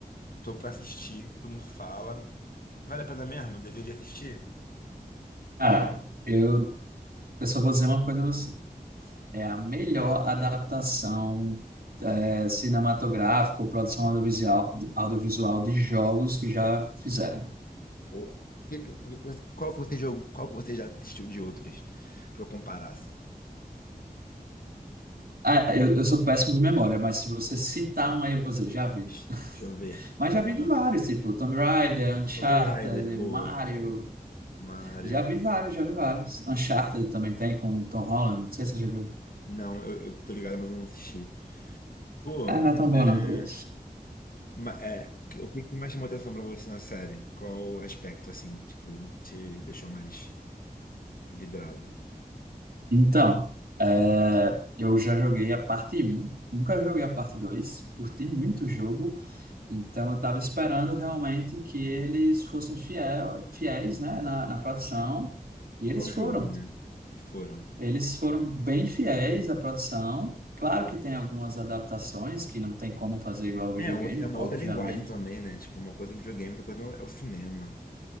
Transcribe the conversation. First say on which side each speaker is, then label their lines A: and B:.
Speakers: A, on the left; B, on the right.
A: tô pra assistir, todo mundo fala. Vale a pena mesmo? Eu Deveria assistir?
B: Cara, eu, eu só vou dizer uma coisa a você. É a melhor adaptação é, cinematográfica, produção audiovisual, audiovisual de jogos que já fizeram.
A: Ou- que- que- porque que você- Qual que você jogou, qual que você já assistiu de outros? Pra eu comparar, assim.
B: Ah, eu, eu sou péssimo de memória, mas se você citar um aí, você já vi.
A: Deixa eu ver.
B: Mas
A: Ah,
B: já vi de vários, tipo Tomb Raider, Uncharted,
A: Tomb Raider, boa.
B: Mario,
A: Mario.
B: Já vi vários, já vi vários. Uncharted também tem com o Tom Holland. Não sei se você já viu.
A: Não, eu, eu tô ligado, mas eu não assisti. Pô,
B: Ah, não é tão bom,
A: é,
B: não.
A: ma- é, que- o que que mais chamou atenção pra você na série? Qual aspecto, assim, tipo, te deixou mais vidrado?
B: Então, é, eu já joguei a parte um nunca joguei a parte 2, curti muito o jogo, então eu estava esperando realmente que eles fossem fiel, fiéis, né, na, na produção, e eles
A: Ao
B: foram.
A: jogo, né? E foram.
B: Eles foram bem fiéis à produção. Claro que tem algumas adaptações que não tem como fazer igual ao videogame,
A: É, outra- é uma
B: obviamente,
A: outra linguagem também, né? Tipo, uma coisa é o videogame, outra coisa é o cinema.